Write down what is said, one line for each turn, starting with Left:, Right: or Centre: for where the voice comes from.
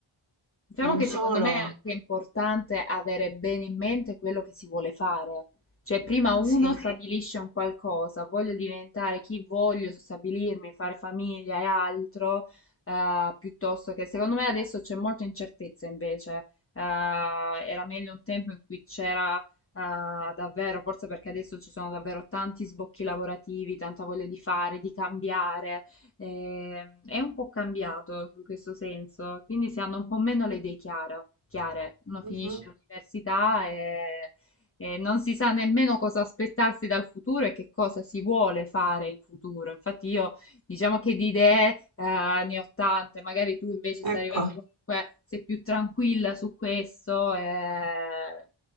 Left: Diciamo
Right: non
Left: che
Right: solo,
Left: secondo me è anche importante avere bene in mente quello che si vuole fare. Cioè, prima uno
Right: sì,
Left: stabilisce un qualcosa, voglio diventare chi voglio, stabilirmi, fare famiglia e altro, eh, piuttosto che secondo me adesso c'è molta incertezza invece. Eh, era meglio un tempo in cui c'era eh, davvero, forse perché adesso ci sono davvero tanti sbocchi lavorativi, tanta voglia di fare, di cambiare eh, è un po' cambiato in questo senso, quindi si hanno un po' meno le idee chiaro- chiare. Uno finisce
Right: mhm,
Left: l'università e, e non si sa nemmeno cosa aspettarsi dal futuro e che cosa si vuole fare in futuro. Infatti io diciamo che di idee eh, ne ho tante, magari tu invece
Right: Ecco.
Left: sei arrivato comunque, sei più tranquilla su questo, eh,